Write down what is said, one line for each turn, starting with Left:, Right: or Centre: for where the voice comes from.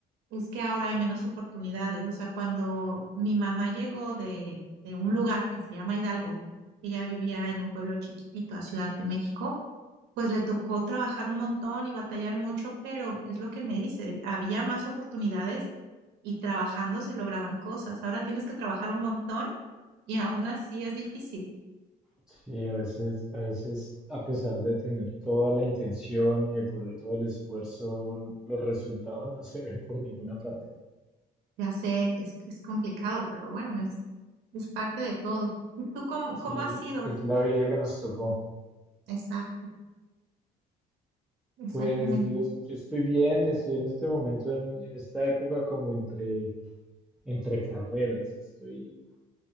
Right: Es que ahora hay menos oportunidades. O sea, cuando mi mamá llegó de, de un lugar que se llama Hidalgo, ella vivía en un pueblo chiquitito a Ciudad de México, pues le tocó trabajar un montón y batallar mucho, pero es lo que me dice, había más oportunidades y trabajando se lograban cosas. Ahora tienes que trabajar un montón y aún así es difícil.
Centre: Sí, a veces, a veces, a pesar de tener toda la intención y de poner todo el esfuerzo, los resultados <laughs> no se ven por ninguna parte.
Right: Ya sé, es, es complicado, pero bueno, es, es parte de todo. ¿Y tú cómo,
Centre: Sí,
Right: cómo has
Centre: es,
Right: sido?
Centre: es la vida que nos tocó.
Right: Exacto, exactamente.
Centre: Pues yo, yo estoy bien, estoy en este momento, en, en esta época como entre, entre carreras. Estoy